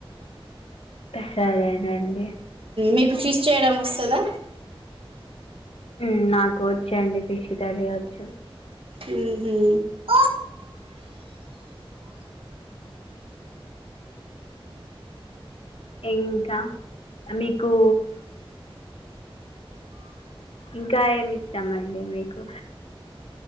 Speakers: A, on the left; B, on the right.
A: సరేనండి
B: మీకు ఫిష్ చేయడం వస్తాదా
A: ఉ నాకు వచ్చే అండి ఫిష్ కర్రీ వచ్చు
B: హ హ
A: ఇంకా మీకు ఇంకా ఏమి ఇస్తామండి మీకు